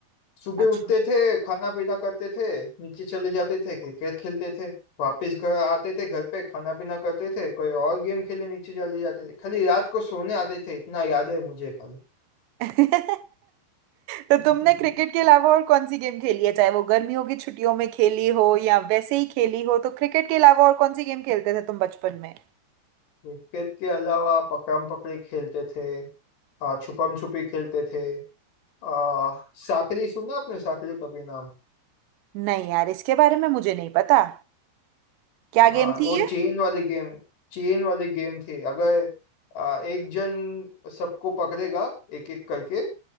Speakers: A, on the left; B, on the right.
A: सुबह
B: अच्छा
A: उठते थे खाना पीना करते थे नीचे चले जाते थे क्रिकेट खेलते थे वापस घर आते थे घर पे खाना पीना करते थे कोई और गेम खेलने नीचे चले जाते थे खाली रात को सोने आते थे इतना याद है मुझे खाली
B: <laughs> अच्छा तो
A: <laughs>
B: तुमने क्रिकेट के अलावा और कौन सी गेम खेली है चाहे वो गर्मियों की छुट्टियों में खेली हो या वैसे ही खेली हो तो क्रिकेट के अलावा और कौन सी गेम खेलते थे तुम बचपन में
A: क्रिकेट के अलावा पकड़म पकड़ी खेलते थे आ, छुपम छुपी खेलते थे आ, साकरी सुना आपने साकरी कभी नाम
B: नहीं यार इसके बारे में मुझे नहीं पता क्या
A: आ,
B: गेम थी
A: वो
B: ये
A: चेन वाली गेम चेन वाली गेम थी अगर आ, एक जन सबको पकड़ेगा एक एक करके